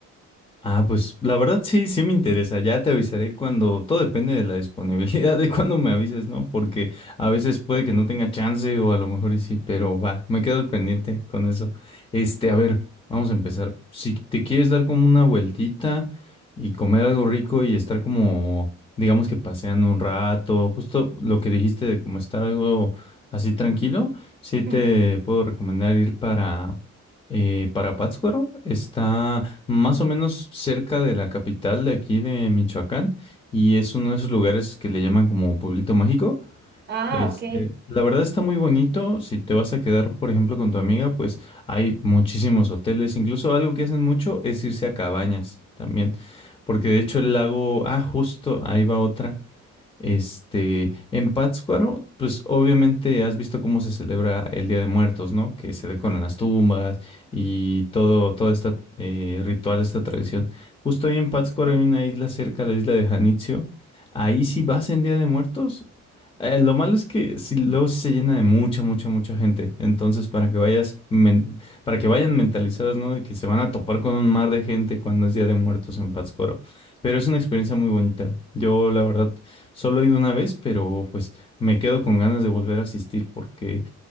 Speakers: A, on the left (about 15°); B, on the right (about 35°).
A: Ah, pues la verdad sí, sí me interesa. Ya te avisaré cuando, todo depende de la disponibilidad de cuando me avises, ¿no? Porque a veces puede que no tenga chance o a lo mejor y sí, pero va, me quedo al pendiente con eso. Este, a ver, vamos a empezar. Si te quieres dar como una vueltita y comer algo rico y estar como, digamos que paseando un rato, justo lo que dijiste de como estar algo así tranquilo, sí te
B: <laughs>
A: puedo recomendar ir para, eh, para Pátzcuaro. Está más o menos cerca de la capital de aquí de Michoacán y es uno de esos lugares que le llaman como Pueblito Mágico.
B: Ah,
A: Este,
B: ok.
A: la verdad está muy bonito. Si te vas a quedar, por ejemplo, con tu amiga, pues hay muchísimos hoteles. Incluso algo que hacen mucho es irse a cabañas también. Porque de hecho el lago, ah, justo, ahí va otra. Este, en Pátzcuaro, pues obviamente has visto cómo se celebra el Día de Muertos, ¿no? Que se decoran las tumbas y todo, todo este eh, ritual, esta tradición. Justo ahí en Pátzcuaro
B: Sí,
A: hay una isla cerca, la isla de Janitzio. Ahí sí vas en Día de Muertos. Eh, lo malo es que sí, luego sí se llena de mucha, mucha, mucha gente. Entonces, para que vayas, men- para que vayan mentalizadas, ¿no? De que se van a topar con un mar de gente cuando es Día de Muertos en Pátzcuaro. Pero es una experiencia muy bonita. Yo, la verdad, Solo he ido una vez, pero pues me quedo con ganas de volver a asistir porque